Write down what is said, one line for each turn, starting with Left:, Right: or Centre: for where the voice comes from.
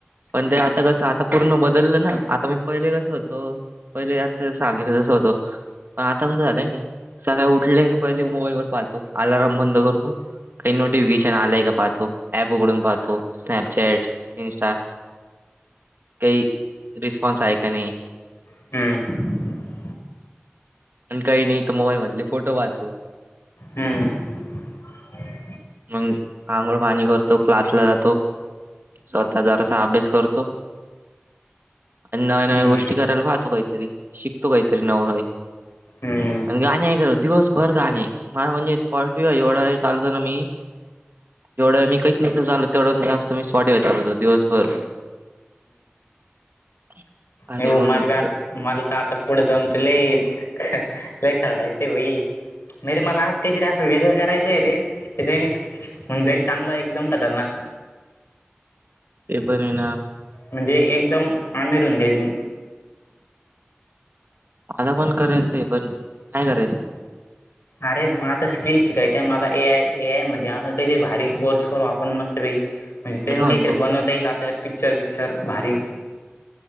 Right: पण ते आता कसं. आता पूर्ण बदललं ना. आता मी पहिले कसं, होतो. पहिले, आते सांगितलंस होत पण आता कसं झालंय. सकाळी उठले की, पहिले मोबाईल वर पाहतो. अलाराम बंद करतो. काही नोटिफिकेशन आलंय का? पाहतो. ऍप उघडून पाहतो. स्नॅपचॅट इंस्टा, काही रिस्पॉन्स आहे, का नाही?
Left: हम्म.
Right: अन् काही नाही, एका मोबाईल मधले फोटो पाहतो.
Left: हम्म <inaudible>
Right: मंग, आंघोळ पाणी करतो. क्लासला जातो. स्वतः जरासा अभ्यास करतो. अन्, नव्या- नव्या
Left: हम्म
Right: गोष्टी करायला पाहतो, काहीतरी. शिकतो काहीतरी नवं काही.
Left: हम्म
Right: आणि गाणे ऐकत राहतो. दिवसभर गाणे. म्हणजे स्पॉटियो एवढा वेळ चालवतो ना, मी. तेवढं वेळ मी काहीच नसत चालवत. तेवढ जास्त मी, स्पॉटिफाय चालवतो, दिवसभर. <inaudible>
Left: भो
Right: मग
Left: मला बि आता, मला तर आता पुढे जाऊन, त लई ख, लई खरडाय ते वई. नाही रे, मला असं काही तरी, असं वेगळं करायचंय रे. त्याच्यानी हुऊन जाईल. चांगलं, एकदम खतरनाक.
Right: ते पणये ना
Left: म्हणजे एकदम, आमीर होऊन जाईल मी.
Right: मला पण करायचंय. पण, काय करायचं.
Left: अरे म आता स्किल शिकायचय मला. ए आय, ए आय मध्ये. अस काहीतरी, भारी कोर्स करू आपण, मस्त पैकी. म्हणजे इथ येऊन,
Right: मी काय
Left: काहीतरी
Right: म्हणतो
Left: बनवता येईल, आपल्याला. पिक्चर - बिक्चर भारी.